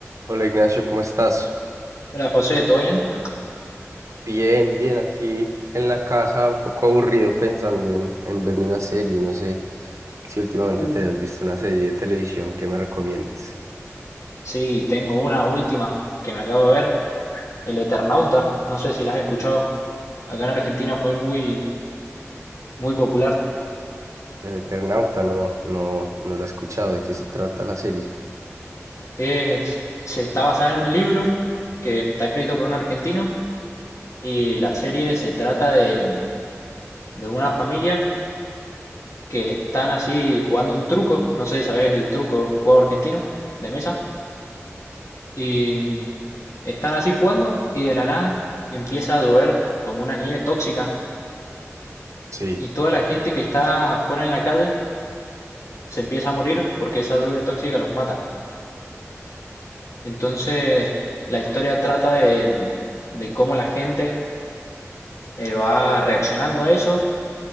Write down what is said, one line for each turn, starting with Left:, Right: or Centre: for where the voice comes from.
Right: Hola Ignacio, ¿cómo estás?
Left: Hola José, ¿todo bien?
Right: Bien, bien, aquí en la casa, un poco aburrido pensando en, en verme una serie. No sé si últimamente
Left: Uh,
Right: te has visto una serie de televisión que me recomiendes.
Left: Sí, tengo una última que me acabo de ver, El Eternauta, no sé si la has escuchado. Acá en Argentina fue muy, muy popular.
Right: El Eternauta, no, no, no la he escuchado. ¿De qué se trata la serie?
Left: Es, se está basada en un libro que está escrito por un argentino y la serie se trata de, de una familia que están así jugando un truco, no sé si sabes el truco, un juego argentino de mesa, y mm, están así jugando y de la nada empieza a llover como una nieve tóxica
Right: Sí,
Left: Y toda la gente que está afuera en la calle se empieza a morir porque esa lluvia tóxica los mata. Entonces, la historia trata de, de cómo la gente eh, va reaccionando a eso